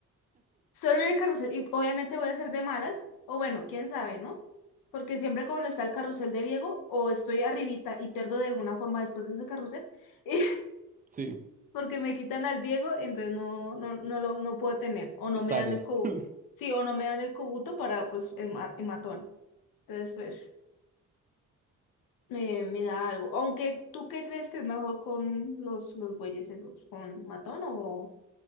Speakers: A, on the left (about 80°); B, on the right (about 25°).
A: Solo en el carrusel, y obviamente voy a ser de malas, o bueno, quién sabe, ¿no? Porque siempre cuando está el carrusel de Diego, o estoy arribita y pierdo de alguna forma después de ese carrusel, <laughs> y
B: sí,
A: porque me quitan al Diego, entonces no, no, no lo no puedo tener, o no
B: estallas.
A: me dan el cubo,
B: <laughs>
A: sí, o no me dan el cubuto para pues el, ma- el matón. Entonces, pues, me, me da algo. Aunque, ¿tú qué crees que es mejor con los, los bueyes esos? ¿Con matón o,